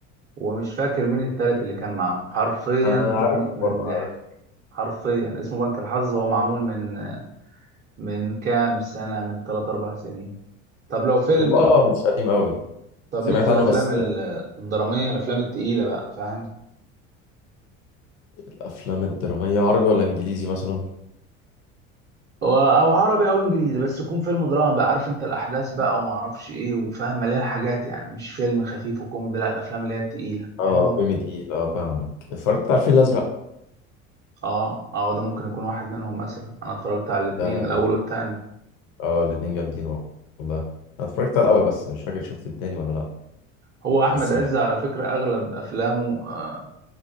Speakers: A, on the right; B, on the left.
A: ومش فاكر مين التالت اللي كان معاهم حرفيا
B: انا
A: تموت
B: عارفه
A: من
B: برضه
A: الضحك
B: عارف
A: حرفيا اسمه بنك الحظ هو معمول من من كام سنة من 3 4 سنين طب لو فيلم
B: هو اه مش قديم قوي
A: طب
B: سمعت
A: ليك في الافلام
B: عنه بس
A: ال- الدرامية الافلام التقيلة بقى فاهم
B: الافلام الدرامية عربي ولا انجليزي مثلا
A: و- او عربي او انجليزي بس يكون فيلم دراما بقى عارف انت الاحداث بقى وما اعرفش ايه وفاهم مليان حاجات يعني مش فيلم خفيف وكوميدي لا الافلام اللي هي التقيلة
B: اه
A: فاهمني
B: فيلم تقيل اه فاهمك اتفرجت على الفيل الازرق
A: اه اه ده ممكن يكون واحد منهم مثلا انا اتفرجت على الاتنين
B: اه
A: الاول والتاني
B: آه، الاتنين جامدين والله انا اتفرجت على الاول بس مش فاكر شفت التاني ولا لا
A: هو احمد
B: بس
A: عز
B: من الحاجات
A: على فكره اغلب افلامه آه،